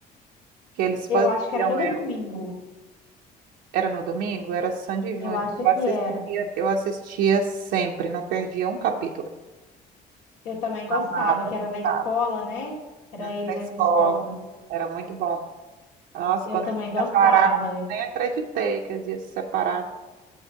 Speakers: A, on the right; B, on the left.
A: que eles faziam,
B: eu acho que era todo
A: é,
B: domingo.
A: era no domingo, era Sandy Júnior.
B: Eu acho
A: Eu
B: que
A: assistia,
B: era.
A: eu assistia sempre, não perdia um capítulo.
B: Eu também gostava,
A: Eu Amava,
B: que era
A: gostava,
B: na escola, né? Era
A: né?
B: ele
A: Da escola,
B: nas escolas.
A: era muito bom. Nossa,
B: Eu
A: quando
B: também
A: eles se
B: gostava.
A: separaram, nem acreditei que eles iam se separar.